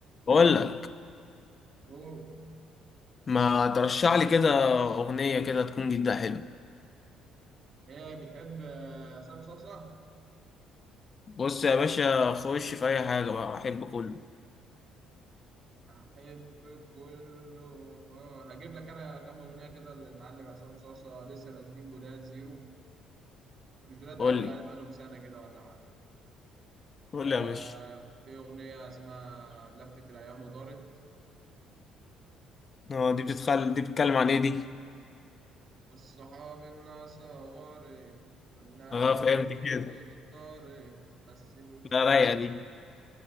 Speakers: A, on the left; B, on the right.
A: بقول لك
B: اوه
A: ما ترشح لي كده اغنيه كده تكون جدا حلوه
B: هي بتحب آه، عصام صاصا
A: بص يا باشا خش في اي حاجه بقى احب كله
B: احب كله اه هجيب لك انا كام اغنيه كده للمعلم عصام صاصا لسه نازلين جداد زيرو مش جداد
A: قول
B: قوي يعني
A: لي
B: بقالهم سنه كده ولا حاجه
A: قول
B: آه
A: لي يا باشا
B: في اغنيه اسمها لفت الايام ودارت
A: اه دي بتتخل دي بتتكلم عن ايه دي
B: والصحاب الناس غارت كلها
A: اه
B: بشدة
A: فهمت كده
B: طارت بس مش زعلان
A: لا رايقه دي